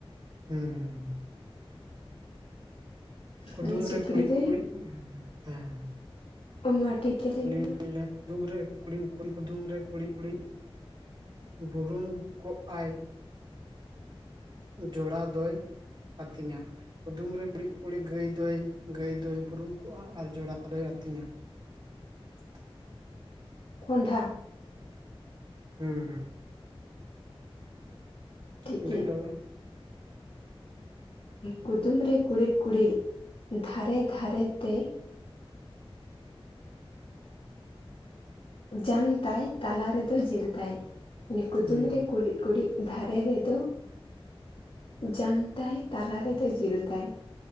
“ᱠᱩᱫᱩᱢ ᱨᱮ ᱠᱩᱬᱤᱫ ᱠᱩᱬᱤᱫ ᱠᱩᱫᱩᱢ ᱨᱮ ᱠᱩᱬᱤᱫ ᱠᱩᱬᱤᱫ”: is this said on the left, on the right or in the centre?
Right